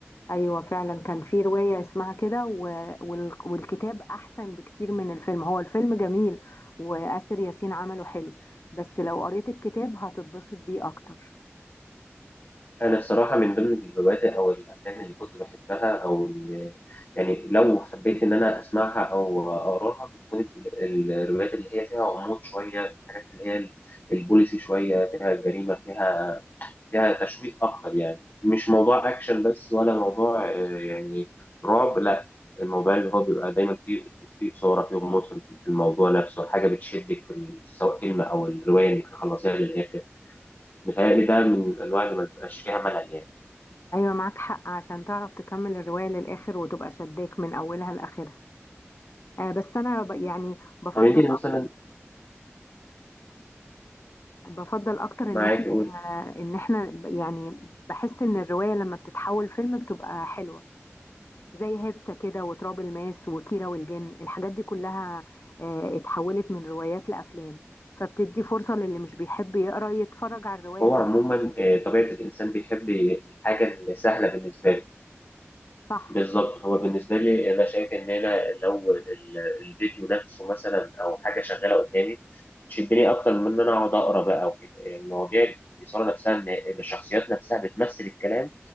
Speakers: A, on the left (about 65°); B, on the left (about 45°).
A: ايوه فعلا كان في روايه اسمها كده و... وال... والكتاب احسن بكتير من الفيلم هو الفيلم جميل وآسر ياسين عمله حلو بس لو قريت الكتاب هتتبسط بيه اكتر
B: أنا الصراحة من ضمن الروايات أو الأفلام اللي كنت بحبها أو ال- يعني لو حبيت إن أنا أسمعها أو أقراها بتكون ال- الروايات اللي هي فيها غموض شوية الحاجات اللي هي ال- البوليسي شوية فيها جريمة فيها فيها تشويق أكتر يعني مش موضوع أكشن بس ولا موضوع آه، يعني رعب لا الموضوع اللي هو بيبقى دايما فيه فيه إثارة فيه غموض في في الموضوع نفسه حاجة بتشدك في ال- سواء فيلم أو الرواية إنك تخلصيها للآخر متهيألي ده من الأنواع اللي ما بيبقاش فيها ملل يعني.
A: ايوه معاك حق عشان تعرف تكمل الروايه للاخر وتبقى شداك من اولها لاخرها آه بس انا ب... يعني بفضل
B: طب انت مثلا
A: بفضل اكتر ان
B: معاك
A: احنا
B: قول
A: ان احنا يعني بحس ان الرواية لما بتتحول فيلم بتبقى حلوة زي هيبتا كده وتراب الماس وكيرة والجن الحاجات دي كلها آه، اتحولت من روايات لافلام فبتدي فرصة للي مش بيحب يقرا يتفرج على الرواية
B: هو
A: كفيلم
B: عموما آه، طبيعة الإنسان بيحب الحاجة اللي سهلة بالنسبة له
A: صح
B: بالظبط هو بالنسبة لي أنا شايف إن أنا لو ال- الفيديو نفسه مثلا أو حاجة شغالة قدامي تشدني أكتر من إن أنا أقعد أقرأ بقى وكده المواضيع الإثارة نفسها إن إن الشخصيات نفسها بتمثل الكلام